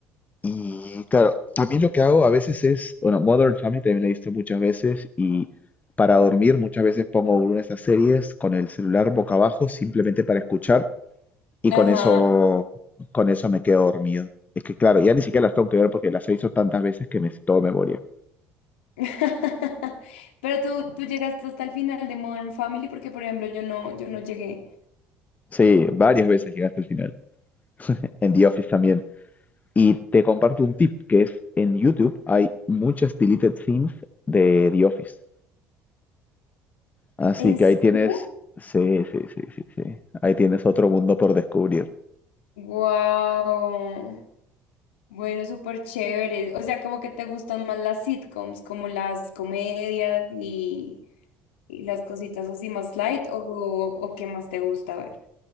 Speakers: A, on the left (about 25°); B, on the left (about 75°).
A: Y claro, también lo que hago a veces es, bueno, Modern Family también la he visto muchas veces y para dormir muchas veces pongo una de esas series con el celular boca abajo simplemente para escuchar y
B: ajá.
A: con eso, con eso me quedo dormido. Es que claro, ya ni siquiera las tengo que ver porque las he visto tantas veces que me sé todo de memoria.
B: <laughs> Pero tú, tú llegaste hasta el final de Modern Family porque, por ejemplo, yo no, yo no llegué.
A: Sí, varias veces llegaste al final. En The Office también. Y te comparto un tip, que es en YouTube hay muchas deleted scenes de The Office. Así
B: ¿En
A: que
B: serio?
A: ahí tienes, sí, sí, sí, sí, sí. Ahí tienes otro mundo por descubrir.
B: Wow. Bueno, súper chévere. O sea, como que te gustan más las sitcoms, como las comedias y, y las cositas así más light, o, o qué más te gusta ver.